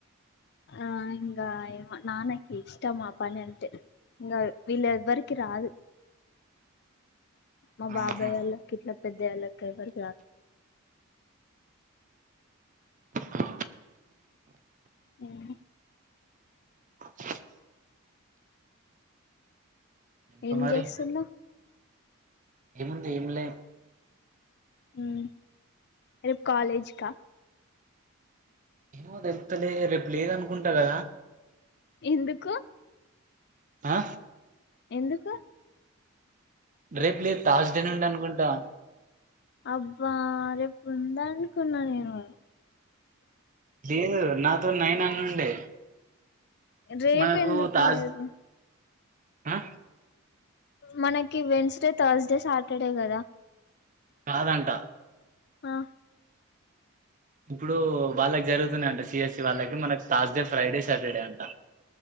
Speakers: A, on the left; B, on the right.
A: ఆ ఇంగ నానకి ఇష్టం ఆ పని అంటే ఇంగ వీలేవరికి రాదు మా బాబాయ
B: ఆహా
A: వాళ్ళకి ఇట్లా పెద్దళ్ళకి ఎవరికి రాదు
B: ఆ
A: హు హామ్
B: <unintelligible> ఇంక
A: ఏం
B: మరి
A: చేస్తున్నావు
B: ఏముంది ఏం లే
A: ఉం రేపు కాలేజ్ కా
B: ఏమో తేలుత్తలే రేపు లేదు అనుకుంటా కదా
A: ఎందుకు
B: ఆ
A: ఎందుకు
B: రేపు లేదు థర్సడే నుండి అనుకుంటా
A: అబ్బా రేపు ఉందనుకున్నా నేను
B: లేదు నాతో నైన్ అనండి
A: రేపు
B: మనకు
A: ఎందుకు
B: తాజ్
A: లేదు
B: ఆ
A: మనకి వెడ్నస్డే తర్స్డే సాటర్డే కదా
B: కాదంట
A: ఆ
B: ఇప్పుడు వాళ్ళకి జరుగుతున్నాయింట సిఎస్సి వాళ్ళకి మనకు థాస్డే ఫ్రైడే సాటర్డే అంట